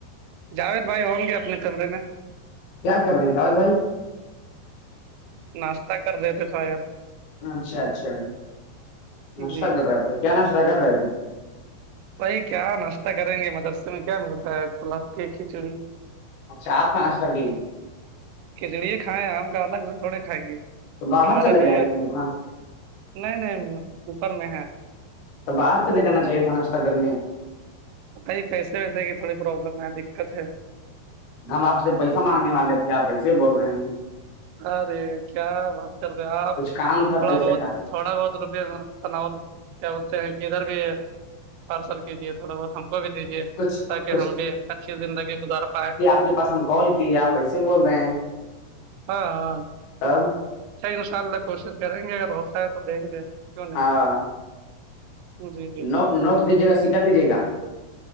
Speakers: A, on the right (about 85°); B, on the left (about 70°).
A: جاوید بھائی ہوں گے اپنے کمرے میں
B: کیا کر رہے ہیں دااد بھائی
A: ناشتہ کر رہے تھے تھایید
B: اچھا اچھا ناشتہ
A: جی
B: کر رہے تھے کیا ناشتہ کر رہے تھے
A: بائی کیا ناشتہ کریں گے مدرسے میں کیا ملتا ہے ل کھچڑی
B: اچھا آپ کا نشلہگے
A: کھچڑی کھائےیں ہیں آم کا الگ سے تھوڑے کھائیں گے
B: تو باہر
A: ہمارے
B: چلے
A: لیے
B: جائیں تھےاں
A: نہیں نہیں اوپر میں ہے
B: تو باہر چل جانا چاہیے تھا ناشت کرنے
A: بھائی پیسے ویسے کی تھوڑی پروابلم ہے دقت ہے
B: ہم آپ سے پیسہ مانگنے والے تھے آپ ایسے ہی بول رہے ہیں
A: ارے کیا بات کر رہے آپ
B: کچھ کام تھا
A: تھوڑا
B: پیسے
A: بہت
B: کا
A: تھوڑا بہت روپئےنا کیا بولتے ہیں کہ ادھر بھی پارسل کیجیے تھوڑا بہت ہم کو بھی دیجیے
B: کچھ
A: تاکہ
B: کچھ
A: ہم بھی اچھی زندگی گزار پائے
B: مھےاس ہم کال کیے آپ ایسے بول رہے ہیں
A: ہاں ہاں
B: آم
A: چ ان شاء اللہ کوشش کریں گے اگر ہوتا ہے تو دیں گے نہیں
B: ہاں
A: جی جی
B: نو نوٹ دیجیے گا سیککھا دیجیے گا